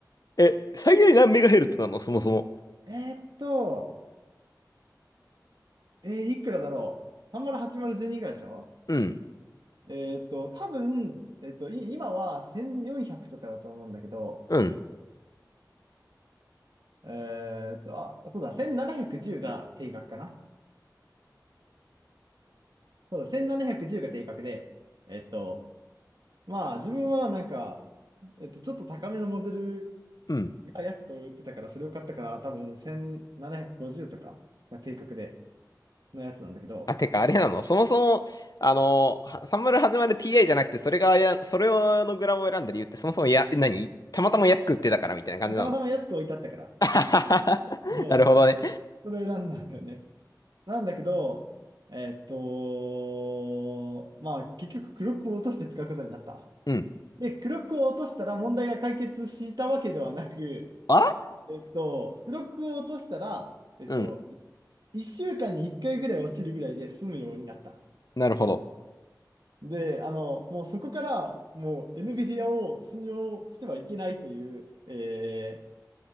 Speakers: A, on the left; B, on the right.
A: え、最大何メガヘルツなのそもそも。
B: えーっと、えーいくらだろう ?308012 ぐらいでしょ
A: うん、
B: えーっと、多分、えーっと、い今は1400とかだと思うんだけど、
A: うん、
B: えーっと、あ、そうだ、1710が定格かな。そうだ、1710が定格で、えっと、まあ、自分はなんか、えっと、ちょっと高めのモデル
A: うん。
B: が安く売ってたから、それを買ったから、多分1750とかが定格で、のやつなんだけど、
A: あ、てか、あれなのそもそも、あの、は30始まる TI じゃなくて、それがや、それのグラボを選んだ理由って、そもそもや、何たまたま安く売ってたからみたいな感じなの。
B: まあたまたま安く置いてあったから、
A: <laughs> あはははなるほどね。
B: もう、それを選んだんだよね。なんだけど、えっと、まあ、結局、クロックを落として使うことになった。
A: うん。
B: で、クロックを落としたら問題が解決したわけではなく、
A: あ
B: えっと、記録を落としたら、えっと、
A: うん。
B: い1週間に1回ぐらい落ちるぐらいで済むようになった。
A: なるほど。
B: で、あの、もうそこから、もう NVIDIA を信用してはいけないという、えー